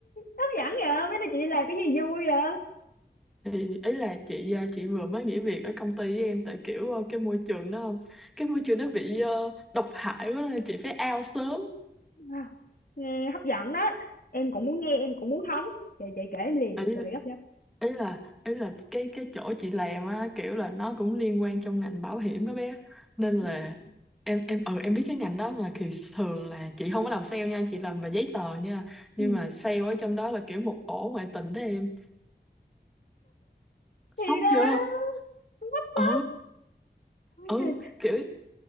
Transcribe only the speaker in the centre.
thì ý là chị ờ, chị vừa mới nghỉ việc ở công ty với em tại kiểu ờ, cái môi trường nó cái môi trường nó bị ờ, độc hại quá nên là chị phải out sớm
ý
ý là ý là cái cái chỗ chị làm á kiểu là nó cũng liên quan trong ngành bảo hiểm đó bé nên là
em em ừ em biết cái ngành đó mà thì thường là chị không có làm sale nha chị làm về giấy tờ nha nhưng
mà sale ở trong đó là kiểu một ổ ngoại tình đó em sốc
chưa
ừ
ừ
kiểu